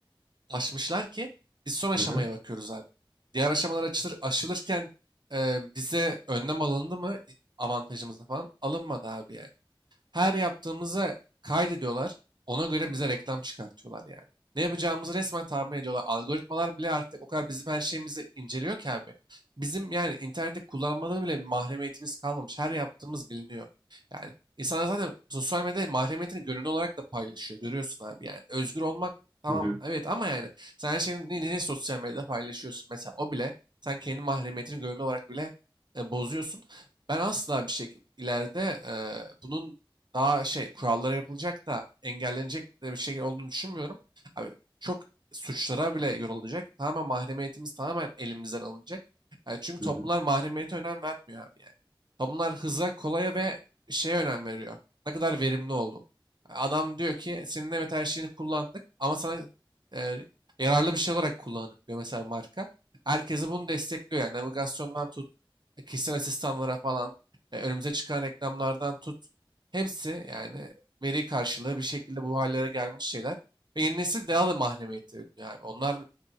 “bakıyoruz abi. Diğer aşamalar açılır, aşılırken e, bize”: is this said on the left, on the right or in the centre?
Right